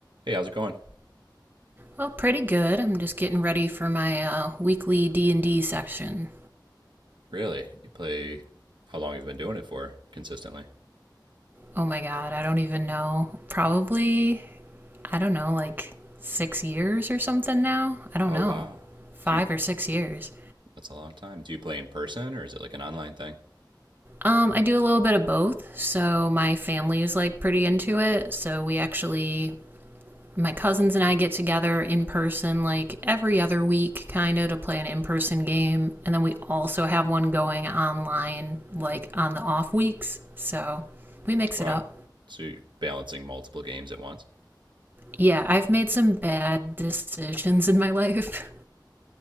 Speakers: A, on the right; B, on the right.
A: Hey, how's it going?
B: Well, pretty good. I'm just getting ready for my uh, weekly D and D section.
A: Really? You play how long you've been doing it for consistently?
B: Oh my god, I don't even know. Probably, I don't know, like six years or something now. I don't
A: Oh,
B: know,
A: wow.
B: five
A: Do you
B: or six years.
A: that's a long time. Do you play in person or is it like an online thing?
B: Um, I do a little bit of both. So my family is like pretty into it. So we actually my cousins and I get together in person like every other week, kind of, to play an in person game. And then we also have one going online, like on the off weeks. So we mix
A: Wow.
B: it up.
A: So you're balancing multiple games at once?
B: Yeah, I've made some bad decisions in my <laughs> life.